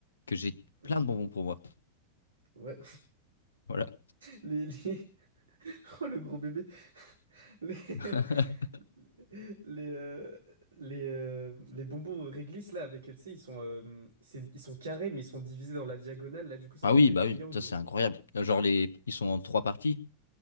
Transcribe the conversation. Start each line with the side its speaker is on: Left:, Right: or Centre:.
Left: que j'ai
Right: Hmm.
Left: plein de bonbons pour moi.
Right: Ouais,
Left: Voilà.
Right: les, les... <laughs> Oh, le gros bébé. Les,
Left: <laughs>
Right: <laughs> les, euh, les, euh, les bonbons réglisse, là, avec, tu sais, ils sont, euh, c'est- ils sont carrés, mais ils sont divisés dans la diagonale. Là, du coup, ça
Left: Ah
Right: forme
Left: oui,
Right: des
Left: bah
Right: triangles
Left: oui, ça c'est incroyable. Euh, Genre les, ils sont en trois parties.